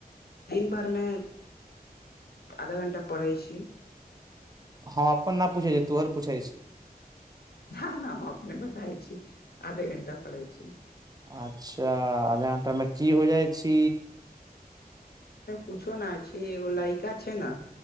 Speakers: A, on the left (about 85°); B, on the right (about 25°).
A: दिन भरि मे आधा घण्टा पढ़ै छी।
B: हम अपन नै पूछै छीयो तोहर पूछैत छीयो।
A: हा ना हम अपने बताई छी आधे घंटा पढ़ै छी।
B: अच्छा आधा घंटा मे कि हो जाई छी।
A: किुछो नहि छै एगो लइका छै ने